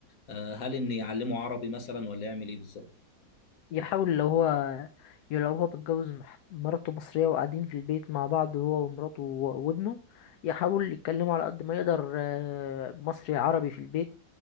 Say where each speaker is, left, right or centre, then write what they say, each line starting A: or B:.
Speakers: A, on the left; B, on the left.
A: آه، هل إني أعلمه عربي مثلا ولا يعمل إيه بالظبط؟
B: يحاول لو هو لو هو متجوز مح- مراته مصرية وقاعدين في البيت مع بعض هو ومراته و- وابنه يحاول يتكلموا على قد ما يقدر آه، مصري عربي في البيت